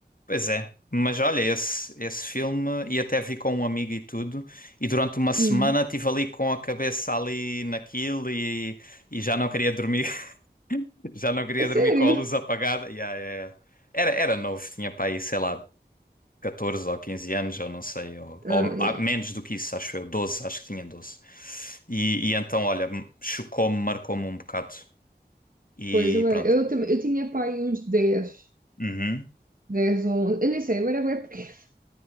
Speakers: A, on the left (about 50°); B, on the right (about 50°).
A: Pois é, mas olha, esse, esse filme, e até vi com um amigo e tudo, e durante uma semana
B: Hum.
A: estive ali com a cabeça ali naquilo e, e já não queria dormir, <laughs> já não queria
B: A sério?
A: dormir com a luz apagada. Yeah, yeah, yeah. Era, era novo, tinha para aí, sei lá, 14 ou 15 anos, ou não sei, ou,
B: Ah,
A: ou
B: yeah.
A: ah, menos do que isso, acho eu, 12 acho que tinha doze E, e então, olha, chocou-me, marcou-me um bocado. E
B: Pois, eu, era-
A: pronto.
B: eu, também, eu tinha pai uns dez
A: Uhum.
B: dez ou 11, eu nem sei, eu era bué pequena.